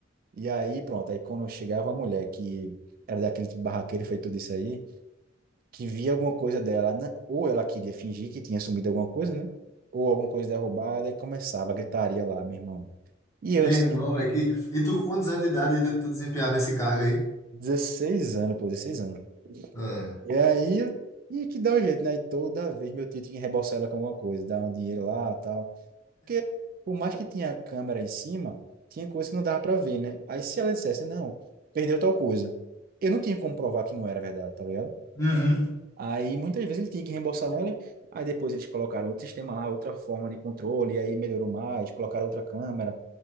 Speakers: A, on the right (about 50°); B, on the left (about 15°).
A: E aí, pronto, aí quando chegava a mulher que era daquele tipo barraqueiro, feito tudo isso aí, que via alguma coisa dela, né? ou ela queria fingir que tinha sumido alguma coisa, né? Ou alguma coisa derrubada, e começava a gritaria lá, meu irmão. E
B: Meu
A: eu,
B: irmão,
A: assim,
B: é que... E tu, com quantos anos de idade tu desempenhava esse cargo aí?
A: 16 anos, pô, 16 anos.
B: É.
A: E aí, eu tinha que dar um jeito, né? E toda vez meu tio tinha que reembolsar ela com alguma coisa, dar um dinheiro lá e tal. Porque, por mais que tinha câmera em cima, tinha coisa que não dava pra ver, né? Aí, se ela dissesse, não, perdeu tal coisa, eu não tinha como provar que não era verdade, tá ligado?
B: Uhum.
A: Aí, muitas vezes ele tinha que reembolsar ela, aí depois eles colocaram outro sistema lá, outra forma de controle, aí melhorou mais, colocaram outra câmera,